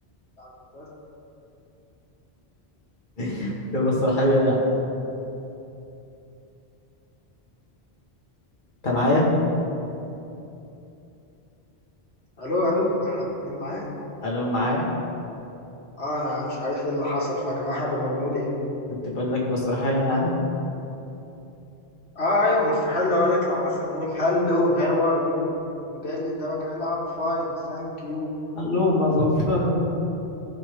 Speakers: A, on the left; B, on the left.
A: بتاع المدرسه
B: <laughs> في مسرحيه يعني انت معايا
A: الو الو حد مين معاه
B: الو معايا
A: اه انا مش عارف ايه اللي حصل فجاه واحنا كنا بنقول ايه
B: كنت بقول لك مسرحيه يعني
A: اه ايوه مستحيل لو نطلع مثلا نقول هلو هاو ار يو قام جاي للدرجه قال ام فاين ثانك يو
B: اللهم ظفر